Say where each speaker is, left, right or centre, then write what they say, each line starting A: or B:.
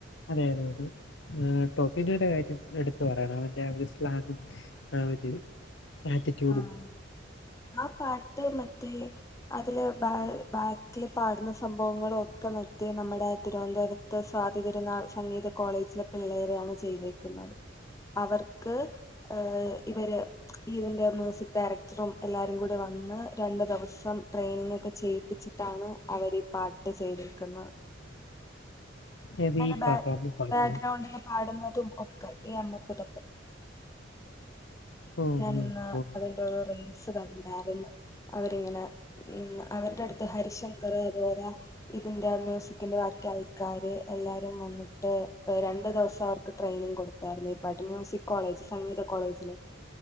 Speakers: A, on the left (about 70°); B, on the left (about 15°).
A: അതെ അതെ അതെഹ്ഹ് ടോഫിനയുടെ കാര്യം എടുത്തു പറയണം അവന്റെ അവര് സ്ലാങ്ങും.. ആ. ഒര് ആറ്റിക്യുടും..
B: ആഹ് ആ പാട്ട് മറ്റേ.. അതില് ബാ ബാക്കിൽ പാടുന്ന സംഭവങ്ങളോ ഒക്കെ മറ്റേ നമ്മടെ തിരുവന്ധോരത്ത്.. സതിതിരുന്നാൾ സംഗീത കോളേജിലെ പിള്ളേരെണ് ചെയ്തേക്കുന്നത്.. അവർക്. ഹ്ഹ് ഇവര് ഈതിന്റെ.. മ്യൂസിക് ഡയറക്ടറും എല്ലാരും കൂടെ വന്ന്.. രണ്ടു ദിവസം ട്രെയിനിങ് ഒക്കെ ചെയ്യിപ്പിച്ചിട്ടാണ് അവര് ഈ പാട്ട് ചെയ്തിരിക്കുന്നത്..
A: ഏത്
B: ആയിലെ
A: ഈ
B: ബാ
A: പാട്ടോ അമ്മ പാട്ടോ
B: ബാഗ്രൗണ്ടില് പാടുന്നതും ഒക്കെ ഈ അമ്മപ്പതൊക്കെ..
A: ഓ
B: ഞാൻ
A: ഉം,
B: ഇന്ന്
A: ഉം.
B: അതിന്റെ ഒരു റീൽസ് കണ്ടായിരുന്നു അവരിങ്ങനെ.. മ്മ്ഹ്. അവന്റെ അടുത്ത് ഹരിശങ്കർ അതുവൊലാ.. ഇതിന്റെ ആ. മ്യൂസിക്കിന്റെ വർക് ആയിക്കാര് എല്ലാരും വന്ന്.. ഏ. രണ്ട് ദിവസം അവർക്ക് ട്രെയിനിങ് കൊടുത്തായിരുന്നു ഇപ്പടി. മ്യൂസിക് കോളേജ് സംഗീത കോളേജില്..